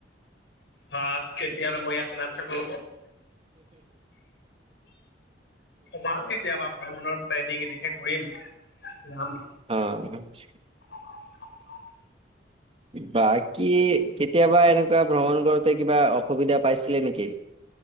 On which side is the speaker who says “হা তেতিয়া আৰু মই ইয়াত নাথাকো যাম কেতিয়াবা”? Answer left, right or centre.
Left